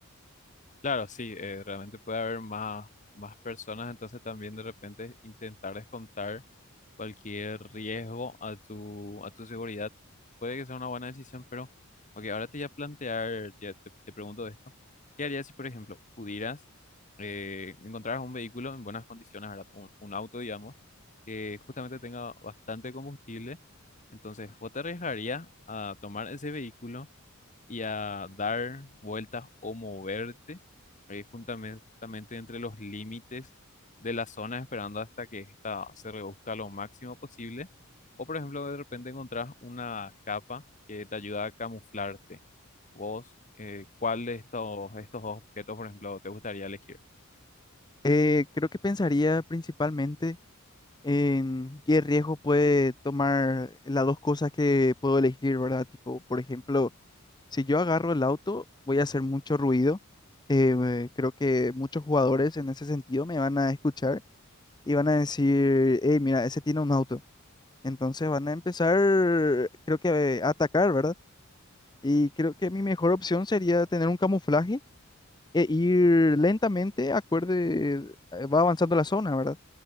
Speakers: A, on the left; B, on the left.
A: Claro, sí, eh, realmente puede haber más, más personas, entonces también de repente intentar descontar. cualquier riesgo a tu, a tu seguridad. Puede que sea una buena decisión, pero, ok, ahora te voy a plantear, te, te- te pregunto esto. ¿Qué harías si, por ejemplo, pudieras eh, encontrar un vehículo en buenas condiciones, ¿verdad? Un, un auto, digamos, que justamente tenga bastante combustible? Entonces, ¿vos te arriesgarías a tomar ese vehículo? y a dar vueltas o moverte eh, juntame- justamente, entre los límites de la zona, esperando hasta que esta se reduzca lo máximo posible. O, por ejemplo, de repente encontrás una capa que te ayuda a camuflarte. Vos, eh, ¿cuál de estos, estos dos objetos, por ejemplo, te gustaría elegir?
B: Eh, creo que pensaría principalmente en qué riesgo puede tomar las dos cosas que puedo elegir, ¿verdad? Tipo, por ejemplo, si yo agarro el auto, voy a hacer mucho ruido. Eh, creo que muchos jugadores en ese sentido me van a escuchar y van a decir, hey, mira, ese tiene un auto. Entonces van a empezar, creo que eh, a atacar, ¿verdad? Y creo que mi mejor opción sería tener un camuflaje e ir lentamente, acorde, eh, va avanzando la zona, ¿verdad?